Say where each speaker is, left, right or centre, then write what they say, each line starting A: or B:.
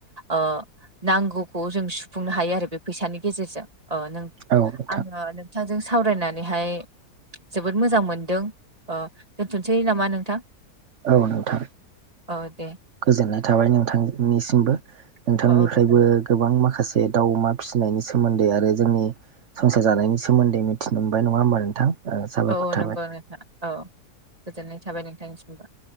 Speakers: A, on the right (about 25°); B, on the right (about 55°).
A: ओ नांगौखौ जों सुफुंनो हायो आरो बे फैसानि गेजेरजों ओ नों
B: औ नोंथां
A: आङो नों नोंथांजों सावरायनानैहाय जोबोद मोजां मोनदों दोनथ'सै ओ नामा नोंथां?
B: औ नोंथां
A: औ दे
B: गोजोननाय थाबाय नोंथांनिसिमबो नोंथांनिफ्रायबो
A: औ औ गोजोननाय
B: गोबां माखासे दाउ अमा फिसिनायनि सोमोन्दै आरो जोंनि संसार जानायनि सोमोन्दै मिथिनो मोनबाय नङा होमबा नोंथां ओ साबायखर
A: औ औ
B: थाबाय।
A: नंगौ नोंथां औ गोजोननाय थाबाय नोंथांनिसिमबो।